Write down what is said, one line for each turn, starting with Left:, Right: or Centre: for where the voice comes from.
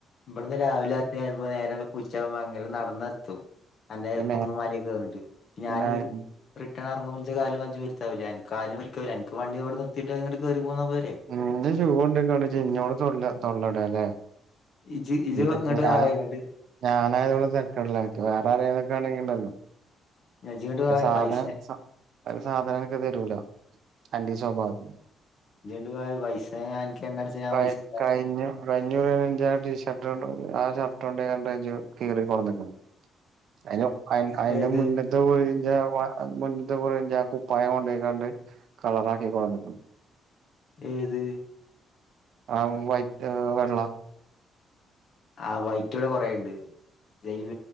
Left: ഇവട്ന്ന് രാവിലർങ്ങിയാ ചെൽപം നേരെ ഉച്ചാവുമ്പ അങ്ങട്ട് നടന്നാത്തും അന്റെ
Right: ഇനി
Left: കുന്നുമാലിയൊക്കെ കേറിട്ട
Right: മേലെ
Left: ഞാൻ റിട്ടേൺ എർങ്ങുമ്പ ഇൻ്റെ കാലും കജ്ജും വെര്ത്താവൂല്ലേ അൻ കാല്ന് പര്കാവൂല അൻക് വണ്ടിവടെ നിർത്തിട്ടാ ഇങ്ങട്ട് കേറി പോന്നാ പോരെ
Right: ഇൻ്റെ ഷൂവോണ്ടോയിക്കാണ്ട് ഇജ് ഇന്നോട് തൊള്ള തൊള്ളടാലെ
Left: ഇജ്ജ് ഇജ്ജ്
Right: ഇൻ്റെ
Left: ഇങ്ങട്ട്
Right: ഞാൻ
Left: വായെ ഇങ്ങട്ട്
Right: ഞാനിയതോണ്ട് തര്കടില്ലൻക് വേറാരേലൊക്കാണെങ്കിണ്ടല്ലൊ
Left: ഇജ്ജ് ഇങ്ങട്ട്
Right: ഒരു
Left: വായെ
Right: സാധന
Left: പൈസ
Right: സാ ഒരു സാധനം അൻക്ക് തെരൂല അൻ്റീ സ്വഭാവത്തിന്
Left: ഇജ്ജ് ഇങ്ങട്ട് വായെ പൈസ ഞാൻ അനക്ക് എണ്ണ അടിച്ചാൻ ഞാൻ
Right: കയ്
Left: പൈസ തരാ
Right: കഴിഞ്ഞ കഴിഞ്ഞുറിയെന്നെ ഇൻ്റാട്ടീഷ് ഷർട്ട് ആ ഷർട്ടൊണ്ടോയികാണ്ട ജ് കീറി കൊട്ന്ന്ക്ണെ അയിൻ്റെ അയിൻ്റെ
Left: ഏത്
Right: മുന്നത് കുറിൻ്റേ മുന്നത്തെ കുറി ഇൻ്റാകുപ്പായം കൊണ്ടെയ്ക്കാണ്ട് കളറാക്കി കൊട്ന്ന്ക്ണ്
Left: ഏത്
Right: ആ വൈറ്റ് ഏ വെള്ള
Left: ആ വൈററ്റ് ഇടെ കൊറേണ്ട് ജൈവ